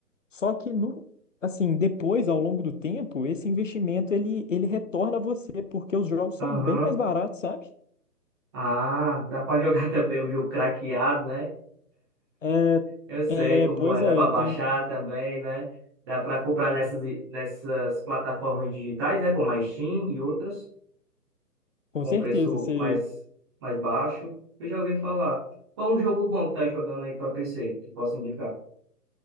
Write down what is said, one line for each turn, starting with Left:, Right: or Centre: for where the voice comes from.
Left: Só que no, assim, depois, ao longo do tempo, esse investimento ele, ele retorna a você, porque os jogos são
Right: Aham.
Left: bem mais baratos, sabe?
Right: Ah, dá pra <laughs> jogar também o jogo craqueado, né? <laughs>
Left: É,
Right: eu sei como
Left: é, pois
Right: é, dá
Left: é,
Right: pra baixar
Left: tem,
Right: também, né? Dá pra comprar nessas, nessas plataformas digitais, né? Como a Steam e outras,
Left: com
Right: com
Left: certeza.
Right: preço
Left: Você
Right: mais, mais baixo. Eu já ouvi falar. Qual um jogo bom que tá jogando aí pra PC, que posso indicar?